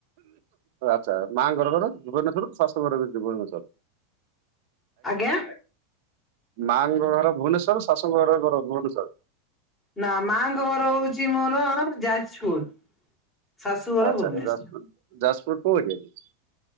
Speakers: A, on the right; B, on the left.
A: ଆଚ୍ଛା, ମାଙ୍କର ଘର ଭୁବନେଶ୍ୱର ଶସ ଶୁ ଘରବି ଭୁବନେଶ୍ୱର?
B: ଆଜ୍ଞା?
A: ମାଆଙ୍କ ଘର ଭୁବନେଶ୍ଵର, ଶାଶୁଙ୍କ ଘର ଘର ଭୁବନେଶ୍ୱର?
B: ନା ମାଙ୍କ ଘର ହଉଚି ମୋର ଯାଜପୁର। ଶାଶୁଘର
A: ଆଚ୍ଛା
B: ଭୁବନେଶ୍ଵର।
A: ଆଚ୍ଛା ଯାଜପୁର। ଯାଜପୁର କଉ ଏରିଆରେ?